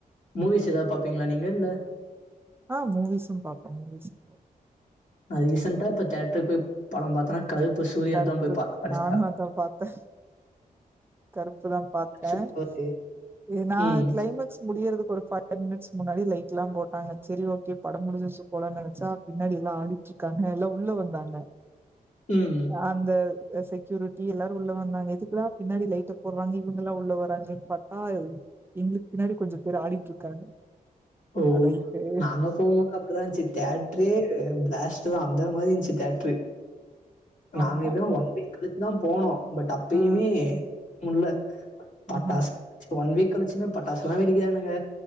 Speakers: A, on the left; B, on the right.
A: மூவிஸ் எதாது பார்ப்பீங்களா நீங்க இல்ல
B: ஆ மூவிஸ் ம் பாப்பன் மூவிஸ் ம் பாப்பன்
A: நான் ரீசெண்டா இப்ப தேட்டரு போய் படம் பார்த்தன்னா கருப்பு சூர்யா
B: கருப்பு
A: தான் போய் பாத்தேன் கடைசியா.
B: நானும் அதான் பார்த்தன் கருப்புதான் பார்த்தன்
A: சூப்பரு.
B: ஏனா
A: ம்.
B: கிளைமக்ஸ் முடியறதுக்கு ஒரு ஃபை ஃபைமினிட்ஸ் முன்னாடி லைட்லாம் போட்டாங்க சரி ஓகே படம் முடிஞ்சுடுச்சுனு போலன்னு நனச்சா பின்னாடி எல்லாம் ஆடி ட்டு இருக்காங்க எல்லா உள்ள வந்தாங்க
A: ம்
B: அந்த செக்யூரிட்டி எல்லாரும் உள்ள வந்தாங்க. எதுக்குடா பின்னாடி லைட்ட போடுறாங்க இவுங்கல்லாம் உள்ள வர்றாங்கன்னு பாத் ஆய் எங்களுக்கு பின்னாடி கொஞ்சம் பேர் ஆடிட்டு இருக்காங்க
A: ஓ
B: ரைட்டு
A: நாங்க போமோது அப்டிதான் இருந்துச்சு தேட்ரரே பிளாஸ்டர் அந்த மாதிரி இருந்துச்சு தேட்ரு நாங்க
B: ஆமா
A: எப்படியும் ஒன் வீக் கழிச்சுதான் போனோம் பட் அப்பயுமே
B: ஆ
A: முல்ல பட்டாசு
B: ஆஹ
A: ஒன் வீக் கழிச்சுமே பட்டாசுலாம் வெடிக்கிறானுங்க